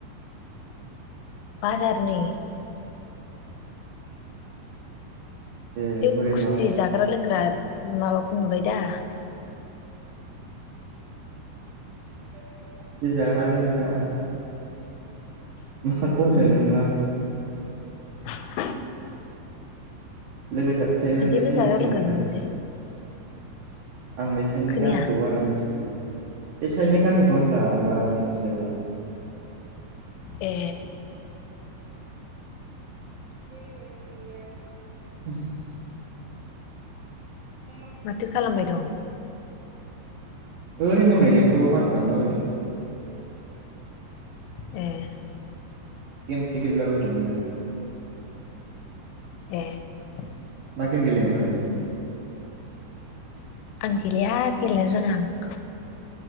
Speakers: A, on the left (about 85°); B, on the right (about 70°).
A: बाजारनि
B: ए
A: बे
B: हरै
A: खुसि
B: माबा
A: जाग्रा लोंग्रा माबाखौ नुबाय दा
B: खुसि जाग्रा लोंग्रा माखौ होनदों
A: उम
B: नोंबा
A: <unintelligible>
B: लोगो सासे थायोमोन
A: बिदिनो
B: बेसो मोनथियो
A: जाग्रा लोंग्रा
B: मोजां
A: मोनसै
B: आं बे साइडनि
A: खोनाया
B: गामिखौ बारा मोनथि बे साइडनि गामिखौ होनदा आं बारा मोनथिजोबा
A: ए
B: <unintelligible> <unintelligible>
A: माथो खालामबाय दं
B: ओरैनो नै लेबथबाव गानसो दामलाबायदों
A: उम
B: गेमसो गेलेलाबायदोंमोन आं
A: उम
B: मा गेम गेलेयो नोंहालाय
A: आं गेलेया गेलेनो रोङा आं